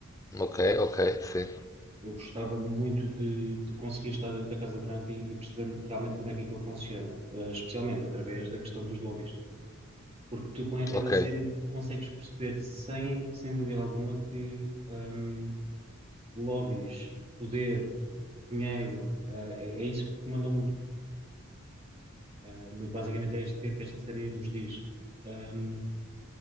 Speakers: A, on the left; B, on the right.
A: Ok, ok, sim,
B: Eu gostava muito de, de conseguir estar dentro da Casa Branca e, e perceber realmente como é que aquilo funciona, eh, especialmente através da questão dos lobbies, porque tu com aquela
A: ok.
B: série consegues perceber sem, sem dúvida alguma que hum, lobbies, poder, dinheiro, eh, é, é isso que comanda o mundo. Eh, muito basicamente é isto que, que esta série nos diz. Hum,